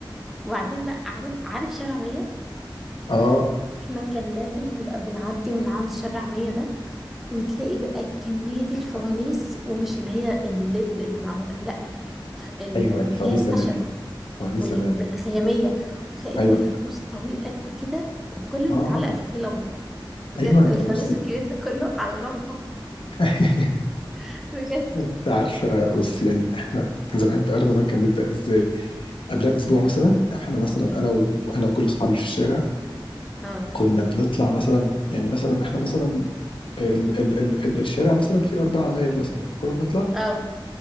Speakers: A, in the centre; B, on the left.
A: وبعدين بقى عارف عارف شارع مية
B: اه
A: احنا كان لازم نبقى بنعدي من عند شارع مية ده وتلاقي بقى كمية الفوانيس ومش اللي هي الليد اللي معمولة لا الخ- ال-
B: ايوه
A: اللي
B: فوانيس
A: هي الخشب
B: زمان دي فوانيس
A: وال-
B: زمان
A: بالخيامية وتلاقي
B: ايوه
A: إن الفانوس طويل قد كده وكل المتعلق
B: اه
A: فيه لمبة بجد
B: ايوه
A: الفانوس
B: بصي
A: الكبير ده كله على لمبة
B: <laughs>
A: <laughs> بجد
B: انت عارفه بصي يعني احنا زمان بقى رمضان كان بيبدا ازاي قبلها باسبوع مثلا احنا مثلا
A: مم.
B: انا و... انا وكل اصحابي في الشارع
A: اه
B: كنا بنطلع مثلا يعني مثلا احنا مثلا ال... ال... ال... ال- الشارع مثلا فيه اربع عماير مثلا فكنا بنطلع
A: اه